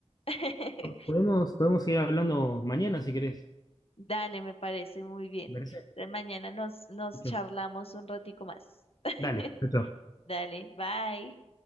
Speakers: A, on the left (about 55°); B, on the left (about 35°).
A: <laughs>
B: Podemos, podemos seguir hablando mañana si querés.
A: Dale, me parece muy bien.
B: ¿Te parece?
A: Entonces mañana nos, nos
B: Listo.
A: charlamos un ratico más. <laughs>
B: Dale, chao. chao.
A: Dale, bye.